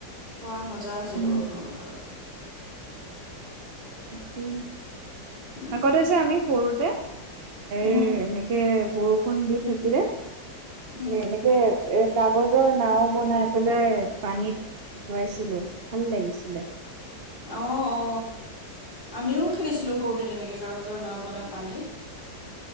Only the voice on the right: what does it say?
উম
কি?
আগতে যে আমি সৰুতে <unintelligible> এ
এনেকে বৰষুণ দি থাকিলে
এনেকে এ কাগজৰ নাও বনাই পেলাই পানীত উঠুৱাইছিলো। ভাল লাগিছিলে